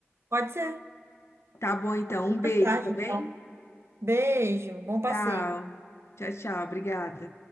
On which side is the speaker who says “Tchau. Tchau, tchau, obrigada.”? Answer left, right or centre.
Left